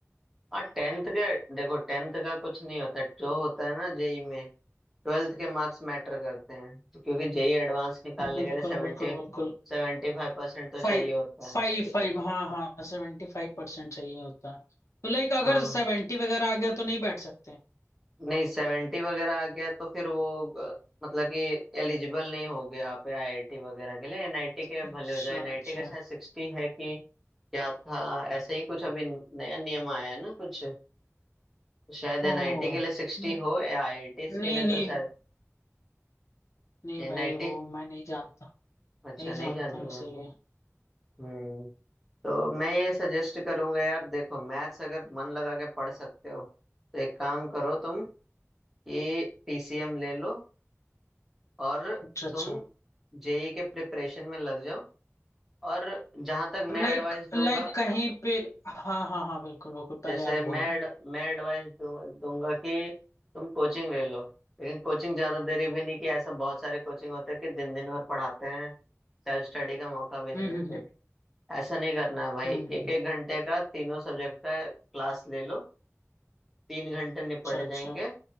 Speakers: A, in the centre; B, on the left.
A: और टेंथ के देखो टेंथ का कुछ नहीं होता जो होता है ना जेई में ट्वेल्थ के मार्क्स मैटर करते हैं तो क्योंकि जेई एडवांस निकालने
B: बिल्कुल
A: के लिए सेवेंटी
B: बिल्कुल बिल्कुल
A: सेवेंटी फाइव परसेंट तो
B: फाइव
A: चाहिए होता है
B: फाइव फाइव हाँ हाँ सेवेंटी फाइव परसेंट चाहिए होता है तो लाइक अगर
A: हाँ
B: सेवेंटी वगैरह आ गया तो नहीं बैठ सकते
A: नहीं सेवेंटी वगैरह आ गया तो फिर वो अ, मतलब कि एलिजिबल नहीं हो गया आप आईआईटी वगैरह के लिए एनआईटी के
B: अच्छा
A: भले हो जाए एनआईटी
B: अच्छा
A: का शायद सिक्सटी है कि क्या था ऐसे ही कुछ अभी नया नियम आया है ना कुछ शायद
B: ओ
A: एनआईटी के लिए सिक्सटी
B: नहीं
A: हो आईआईटी के
B: नहीं
A: लिए तो
B: नहीं
A: शायद
B: नहीं
A: एनआईटी
B: भाई वो मैं नहीं जानता
A: अच्छा
B: नहीं
A: नहीं
B: जानता
A: जानते
B: हूँ
A: हैं
B: इसीलिए
A: हम्म तो मैं ये सजेस्ट करूंगा यार देखो मैथ्स अगर मन लगा के पढ़ सकते हो तो एक काम करो तुम कि पीसीएम ले लो और
B: अच्छा अच्छा
A: तुम जेई के प्रिपरेशन में लग जाओ और जहां तक मैं
B: लाइक
A: एडवाइस दूंगा
B: लाइक कहीं पे हाँ हाँ हाँ बिल्कुल बिल्कुल
A: जैसे
B: पहले आप
A: मैं
B: बोल लो
A: एड- मैं एडवाइस दू, दूंगा कि तुम कोचिंग ले लो लेकिन कोचिंग ज्यादा देरी भी नहीं कि ऐसा बहुत सारे कोचिंग होते हैं कि दिन दिन भर पढ़ाते हैं सेल्फ स्टडी का मौका भी नहीं
B: हम्म
A: देते
B: हम्म
A: ऐसा नहीं करना है भाई
B: हम्म
A: एक
B: हम्म, हम्म,
A: एक घंटे का तीनों सब्जेक्ट का क्लास ले लो तीन घंटे निपट
B: अच्छा अच्छा
A: जाएंगे